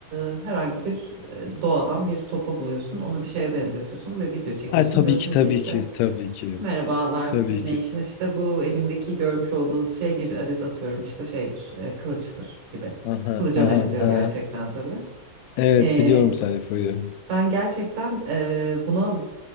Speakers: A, on the right; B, on the left.
A: E, herhangi bir e, doğadan bir sopa buluyorsun onu bir şeye benzetiyorsun ve video çekiyorsun
B: Ay tabii
A: diyorsun
B: ki tabii
A: ki işte
B: ki tabii ki
A: merhabalar
B: tabii
A: Stick Nation
B: ki.
A: işte bu elimdeki görmüş olduğunuz şey bir adet atıyorum işte şeydir e, kılıçtır gibi
B: Aha,
A: kılıca
B: aha,
A: benziyor gerçekten
B: aha.
A: tabii.
B: Evet
A: E,
B: biliyorum sayfayı.
A: ben gerçekten eee, buna